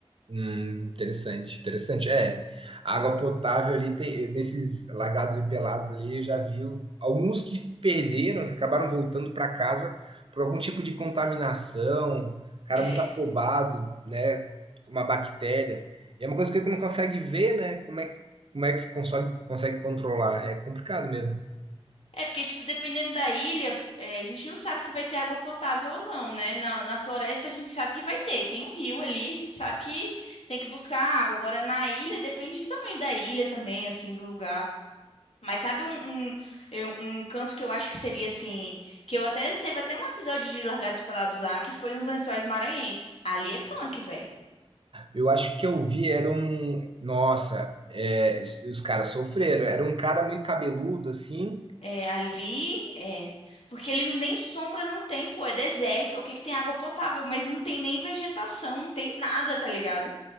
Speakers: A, on the right; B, on the left.
A: Hum, interessante, interessante. É, a água potável ali tem, nesses lagados e pelados ali, eu já vi alguns que perderam, que acabaram voltando para casa por algum tipo de contaminação, cara
B: É.
A: muito afobado, né, uma bactéria. E é uma coisa que ele não consegue ver, né, como é que Como é que consegue, consegue controlar? É complicado mesmo.
B: É porque, tipo, dependendo da ilha, é, a gente não sabe se vai ter água potável ou não, né? Na, na floresta a gente sabe que vai ter. Tem um rio ali, a gente sabe que tem que buscar água. Agora, na ilha, depende do tamanho da ilha também, assim, do lugar. Mas sabe um, um, eu- um canto que eu acho que seria assim, que eu até teve até um episódio de Largados e Pelados lá que foi nos Lençóis Maranhenses. Ali é punk, velho.
A: Eu acho que eu vi, era um. Nossa, é, os caras sofreram. Era um cara meio cabeludo, assim,
B: É, ali é. Porque ele nem sombra não tem, pô, é deserto. O que que tem água potável, mas não tem nem vegetação, não tem nada, tá ligado?